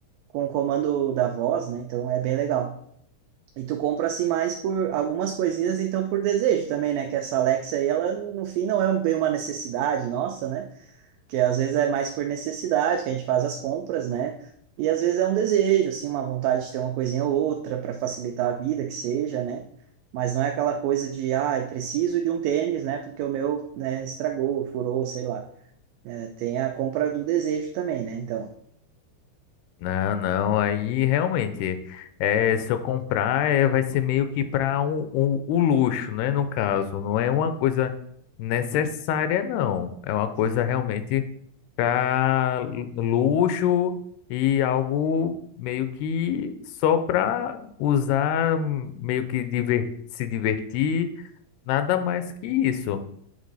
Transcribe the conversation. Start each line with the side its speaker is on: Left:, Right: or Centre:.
Right: com o comando da voz, né? Então é bem legal. E tu compra assim mais por algumas coisinhas, então por desejo também, né? Que essa Alexa aí, ela no fim não é bem uma necessidade nossa, né? que às vezes é mais por necessidade que a gente faz as compras, né? E às vezes é um desejo, assim, uma vontade de ter uma coisinha ou outra para facilitar a vida, que seja, né? Mas não é aquela coisa de, ah, eu preciso de um tênis, né? Porque o meu, né, estragou, furou, sei lá. É, tem a compra do desejo também, né? Então,
Left: Não, não, aí realmente, é, se eu comprar, é, vai ser meio que para um, um- o luxo, né? No caso, não é uma coisa necessária, não. É uma coisa
Right: Sim.
Left: realmente para luxo e algo meio que só para usar, meio que diver- se divertir, nada mais que isso.